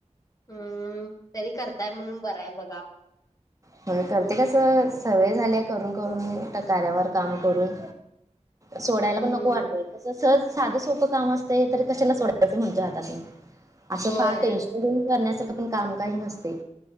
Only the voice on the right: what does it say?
होयं खर ते कसं सवय झाल्या करून, करून आता कार्यावर काम करून- सोडायला
पण नको वाटतय तस सहज साधं सोपं काम असतयं तर कशाला सोडायचं म्हणतोयं हातातुनं- असं
फार टेन्शन घेऊन करण्यासारखं पण काम काही नसतयं